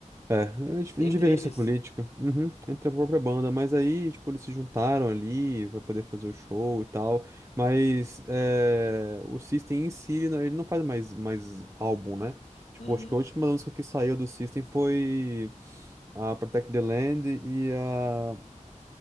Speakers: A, on the right; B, on the left.
A: É, é dif-
B: Entre
A: divergência
B: eles?
A: política, uhum, entre a própria banda, mas aí, tipo, eles se juntaram ali pra poder fazer o show e tal, mas é, o System em si, ele não ele não faz mais, mais álbum, né? Tipo,
B: Uhum.
A: acho que a última música que saiu do System foi a Protect the Land e a